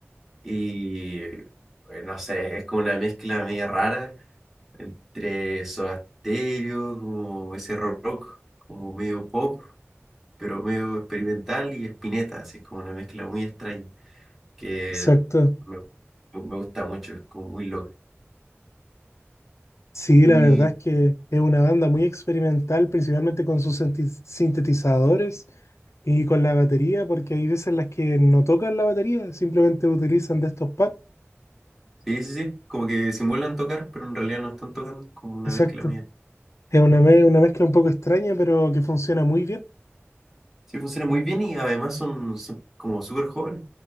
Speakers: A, in the centre; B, on the left.
A: y eh, no sé, es como una mezcla media rara entre Soda Stereo, como ese ro- rock, como medio pop, pero medio experimental y Spinetta, así es como una mezcla muy extraña que
B: Exacto.
A: me, me gusta mucho, es como muy loca,
B: Sí,
A: muy...
B: la verdad es que es una banda muy experimental, principalmente con sus sinti- sintetizadores y con la batería, porque hay veces en las que no tocan la batería, simplemente utilizan de estos pads.
A: Sí, sí, sí, como que simulan tocar, pero en realidad no están tocando, es como una
B: Exacto.
A: mezcla media.
B: Es una, me- una mezcla un poco extraña, pero que funciona muy bien.
A: Sí, funciona muy bien y además son, son como súper jóvenes,